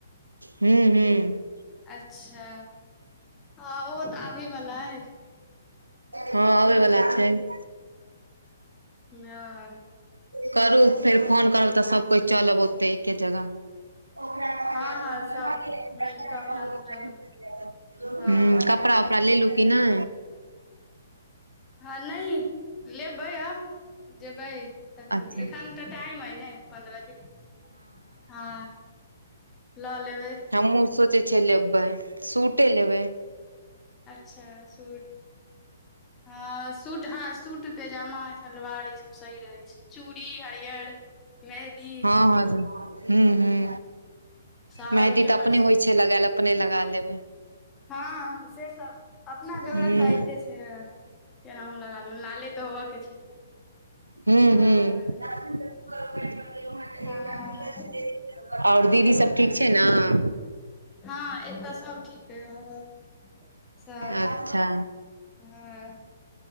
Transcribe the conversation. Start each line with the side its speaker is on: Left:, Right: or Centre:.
Right: हूं हूं।
Left: अच्छा। हँ ओहो तऽ आबे वला अइ
Right: हँ अबै बला छैन।
Left: ह <unintelligible>
Right: करू फेर फोन करब तऽ सब कोइ चलब ओतै एके जगह। ओकरा कहलियै
Left: हँ हँ सब मिल कऽ अपना
Right: <inaudible>
Left: सब चलब हँ
Right: हूं कपड़ा - उपड़ा लेलू की नै?
Left: हँ नइ, लेबै आब जेबै तखन
Right: अच्छा
Left: एखन तऽ टाइम अइ ने। पन्द्रह दिन हँ लऽ लेबै।
Right: हमहूँ सोचै छियै लेबै सूटे लेबै।
Left: अच्छा सूट हँ सूट हँ सूट पैजामा सलवार ई सब सही रहय छै चूड़ी हरियर, मेहदी
Right: आ <inaudible> हूं हूं
Left: सावन
Right: मेहदी
Left: के
Right: तऽ अपने
Left: प्रसिद्ध
Right: होइ छै लगायल अपने लगा लेब।
Left: हँ हॅं हॅं से तऽ अपना जोगरक
Right: हूं
Left: तऽ अइबते छै ए। केनाहु लगा लेब लाले तऽ होबऽके छै।
Right: हू
Left: हँ
Right: हू <unintelligible>
Left: हँ
Right: आओर दीदी सब ठीक छै न?
Left: हँ एतऽ सब ठीक अइ हँ सब
Right: अच्छा।
Left: हँ